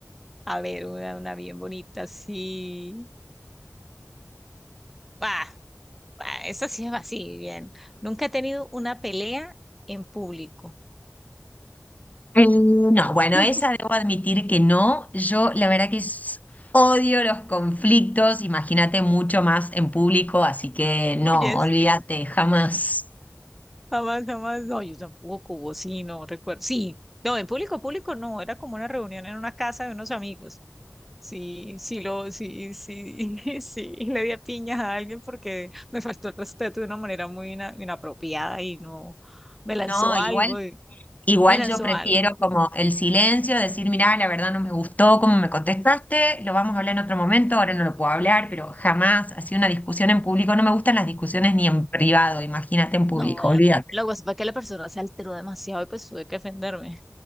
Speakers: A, in the centre; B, on the left (about 30°).
A: A ver, una, una bien bonita, sí. Bah, bah, eso sí es así, bien. Nunca he tenido una pelea en público.
B: Eh, no, bueno,
A: <laughs>
B: esa debo admitir que no. Yo la verdad que s- odio los conflictos, imagínate mucho más en público, así que no,
A: Yes,
B: olvídate, jamás.
A: jamás, jamás. No, yo tampoco, vos sí, no recuerdo. Sí, no, en público, público no, era como una reunión en una casa de unos amigos. Sí, sí, lo, sí, sí, <laughs> sí, y le di a piñas a alguien porque me faltó el respeto de una manera muy ina- inapropiada y no, me lanzó
B: No,
A: algo,
B: igual,
A: y-
B: igual
A: me lanzó
B: yo prefiero
A: algo.
B: como el silencio, decir, mirá, la verdad no me gustó cómo me contestaste, lo vamos a hablar en otro momento, ahora no lo puedo hablar, pero jamás, así una discusión en público, no me gustan las discusiones ni en privado, imagínate en público,
A: No,
B: olvídate.
A: la, lo que pasa fue que la persona se alteró demasiado y pues tuve que defenderme.